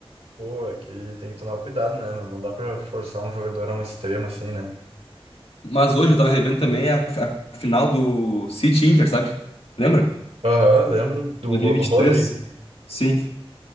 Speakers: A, on the right (about 85°); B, on the left (about 65°).
A: Pô, é que tem que tomar cuidado, né, mano? Não dá pra forçar um jogador a um extremo assim, né?
B: Mas hoje eu tava revendo também a, a final do City Inter, sabe? Lembra?
A: Aham, lembro do
B: 2023.
A: gol do Rodri.
B: Sim.